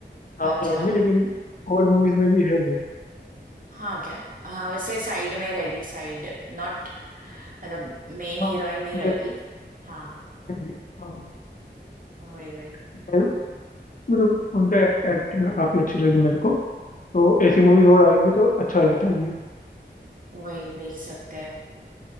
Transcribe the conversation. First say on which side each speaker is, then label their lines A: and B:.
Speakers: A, on the left; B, on the right.
A: नाम
B: अच्छा
A: याद नहीं लेकिन और मूवीज में भी है वो
B: हाँ क्या हाँ वैसे साइड में रहेगी साइड नॉट मतलब मेन हीरोइन
A: हाँ
B: नहीं
A: मैं
B: रहेगी
A: भी
B: हाँ
A: मैं भी हाँ
B: वही वही
A: मैं- मतलब उनका एक्टिंग का काफी अच्छी लगी मेरे को तो ऐसी मूवीज और आएंगी तो अच्छा रहता है ये
B: वही देख सकते हैं